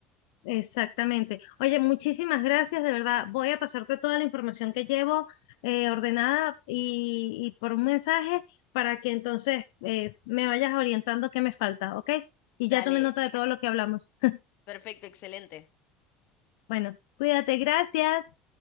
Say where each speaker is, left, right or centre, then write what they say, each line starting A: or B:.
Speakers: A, on the left (about 85°); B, on the left (about 60°).
A: Exactamente. Oye, muchísimas gracias, de verdad. Voy a pasarte toda la información que llevo eh, ordenada y, y por un mensaje para que entonces eh, me vayas orientando qué me falta, ¿ok? Y
B: Dale,
A: ya tomé nota de todo lo que hablamos. <laughs>
B: perfecto, excelente.
A: Bueno, cuídate, gracias.